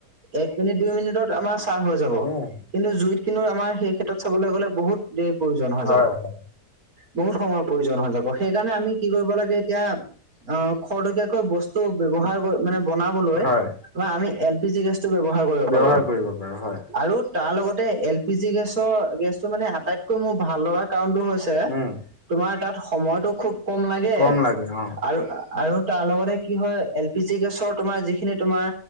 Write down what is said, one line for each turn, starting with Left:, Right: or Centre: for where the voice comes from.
Right: এক মিনিট দুইমিনিট আমাৰ চা চাহ হৈ যাব
Left: উম
Right: কিন্তু জুইত কিন্তু আমাৰ সেই ক্ষেত্ৰত চাবলৈ গ'লে বহুত দেৰি প্ৰয়োজন হৈ
Left: হয়
Right: যাব।
Left: হয়
Right: বহুত সময়ৰ প্ৰয়োজন হৈ যাব সেইকাৰণে আমি কি কৰিব লাগে এতিয়া অ খৰতকীয়াকৈ বস্তু ব্যৱহাৰ কৰি মানে বনাব ব লৈ
Left: হয়
Right: আমি এল পি জি গেছতো ব্যৱহাৰ কৰিব
Left: ব্যৱহাৰ
Right: পাৰো
Left: কৰিব পাৰো হয়
Right: আৰুত তাৰ লগতে এল পি জি গেছৰ গেছটো মানে আটাইতকৈ মোৰ ভাল লগা কাৰণটো হৈছে
Left: উম
Right: তোমাৰ তাত সময়তটো খুব কম লাগে
Left: কম লাগে অ
Right: আৰু আ আৰু তাৰ লগতে কি হয় এল পি জি গেছৰ তোমাৰ যিখিনি তোমাৰ